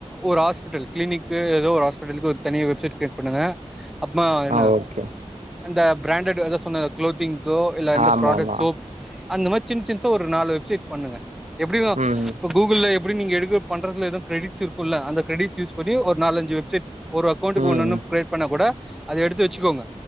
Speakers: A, in the centre; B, on the right.
A: ஒரு ஆஸ்பிட்டல் க்ளினிக்கு எதோ ஒரு ஆஸ்பெட்டலுக்கு ஒரு தனியா வெப்சைட் கிரி பண்ணுங்க அப்பமா என்ன
B: ஆ ஓகே
A: அந்த பிராண்டட் அதா சொன்னே க்ளோத்திங்கோ இல்ல அந்த
B: ஆமா
A: ப்ராடக்ட்
B: ஆமா
A: சோப் அந்த மாரி சின் சின்சா ஒரு நாலு வெப்சைட் பண்ணுங்க எப்டிதா
B: ம்
A: இப்ப கூகுள்ல எப்டி நீங்க எடுக்க பண்றதுல எது கிரெட்டிஸ்ஸிருக்குல்ல அந்த கிரெட்டிஸ் யூஸ் பண்ணி ஒரு நாலஞ்சு வெப்சைட் ஒரு அக்கவுண்டுக்கு
B: ம்
A: ஒன்னொன்னு கிரேட் பண்ணா கூட அத எடுத்து வச்சுக்கோங்க